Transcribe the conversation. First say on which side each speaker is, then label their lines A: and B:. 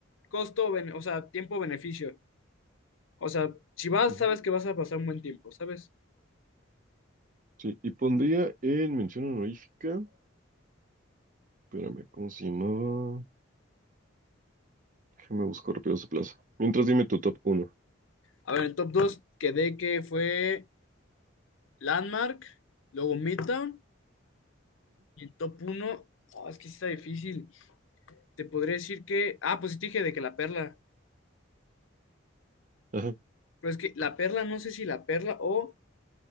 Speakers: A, on the left; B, on the right.
A: costo, bene- o sea, tiempo-beneficio. O sea, si vas,
B: ujú,
A: sabes que vas a pasar un buen tiempo, ¿sabes?
B: sí. y pondría en mención honorífica. Espérame, ¿cómo se llamaba? Déjame buscar rápido esa plaza. Mientras dime tu top 1.
A: A ver, en top 2 quedé que fue Landmark, luego Midtown, y en top uno ah, es que sí está difícil. Te podría decir que, ah, pues sí te dije de que la perla,
B: Ajá.
A: pero es que la perla, no sé si la perla o